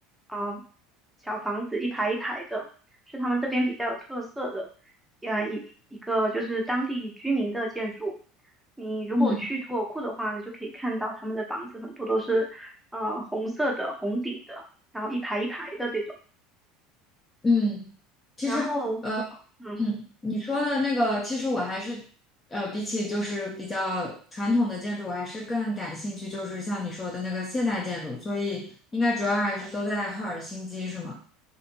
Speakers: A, in the centre; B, on the left.
A: 啊、小房子一排一排的，是他们这边比较有特色的，呃一一个就是当地居民的建筑。你如果去图尔库的话呢，
B: 嗯
A: 就可以看到他们的房子很多都是呃红色的红顶的，然后一排一排的这种，
B: 嗯，其实。
A: 然后。嗯。
B: 嗯，你说的那个，其实我还是，呃，比起就是比较传统的建筑，我还是更感兴趣，就是像你说的那个现代建筑，所以应该主要还是都在赫尔辛基，是吗？